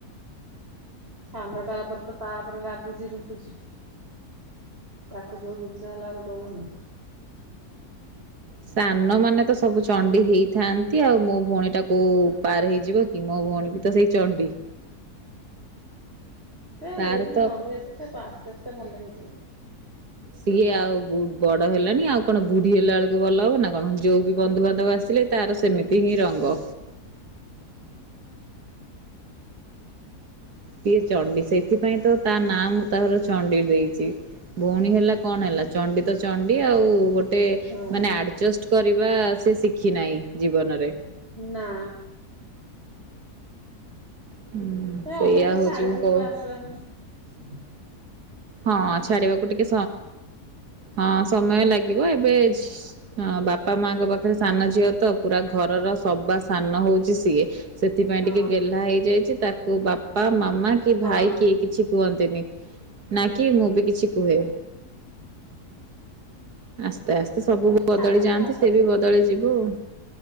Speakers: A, on the right; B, on the right.
A: ସାନଟା ଉପରେ ତ ତା ରେ ରାଗୁଛି ରୁଷୁଛି। ତାକୁ ଯୋଉ ଜିନିଷ ହେଲା ଆ ଦଉନି।
B: ସାନ ମାନେ ତ ସବୁ ଚଣ୍ଡି ହେଇଥାନ୍ତି ଆଉ ମୋ ଭଉଣୀ ଟା କୋଉ ପାର ହେଇଯିବ କି ମୋ ଭଉଣୀ ବି ତ ସେଇ ଚଣ୍ଡି।
A: ସେ
B: ତାର ତ
A: ଚନ୍ଦୀଗ଼ ପା ତତେେ ଭଲ ହେଇଯିବ।
B: ସିଏ ଆଉ ବଡ ହେଲାଣି ଆଉ କଣ ବୁଢୀ ହେଲା ବେଳକୁ ଭଲ ହବ ନା କଣ ଯୋଉ ବି ବନ୍ଧୁବାନ୍ଧବ ଆସିଲେ ତାର ସେମିତି ହିଁ ରଙ୍ଗ। ସଏ ଚଣ୍ଡି ସେଇଥିପାଇଁ ତ ତା ନାଁ ମୁଁ ତାର ଚଣ୍ଡୀ ଦେଇଛି ଭଉଣୀ ହେଲା କଣ ହେଲା ଚଣ୍ଡୀ ତ ଚଣ୍ଡୀ ଆଉ ଗୋଟେ ଗୋଟେ
A: ହଁ
B: ମାନେ ଆଡ଼ଜଷ୍ଟ କରିବା ସେ ଶିଖି ନାହିଁ। ଜୀବନରେ।
A: ନା।
B: ହୁଁ
A: ସେ
B: ସେଇଆ
A: ଅଭ୍ୟାସ
B: ହଉଛି
A: ଛାଡିଯିବ
B: ମୁଁ କହୁ
A: ବାସ ବାସନ <inaudible>
B: ହଁ ଛାଡିବାକୁ ଟିକେ ହଁ ସମୟ ଲାଗିବ ଏବେ ହଁ ବାପା ମାଙ୍କ ପାଖରେ ସାନ ଝିଅ ତ ପୁରା ଘରର ସବାସ ସାନ ହଉଛି ସିଏ। ସେଥିପାଇଁ
A: ହଁ
B: ଟିକେ ଗେହ୍ଲା ହେଇଯାଇଛି ତାକୁ କୋଉ ବାପ ବାପା ମାମା କି
A: ହଁ।
B: ଭାଇ କିଏ କିଛି କୁହନ୍ତିନି । ନା କିି ମୁଁ ବି କିଛି କୁହେ । ଆସ୍ତେ ଆସ୍ତେ ସବୁ
A: ସେ ତ
B: ବଦଳି
A: ଛାଡିଯିବ
B: ଯାଆନ୍ତି
A: ଆପେ
B: ସେ
A: ଆପେ
B: ବି ବଦଳି ଯିବୁ ଆଉ।